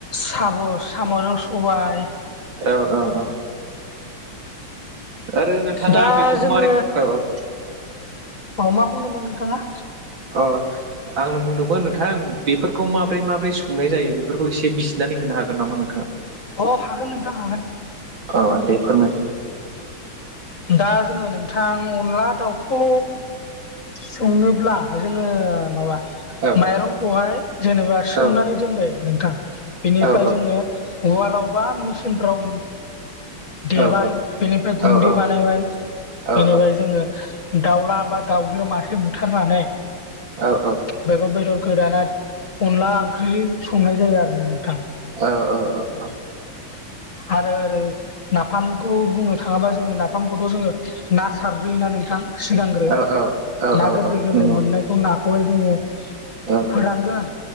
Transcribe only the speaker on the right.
औ औ औ आरो नोंथाङा
बेफोरखौ
माबोरैनो
अ आंनो बुंदोंमोन नोंथां बेफोरखौ माबोरै माबोरै संनाय जायो बेफोरखौ एसे बिजिनानै होनो हागोन नामा नोंथाङा?
अ दे फोरमायलाय
औ
औ
औ औ
औ
औ औ
औ
औ औ।
औ औ औ औ।
औ औ
औ
नंगौ
औ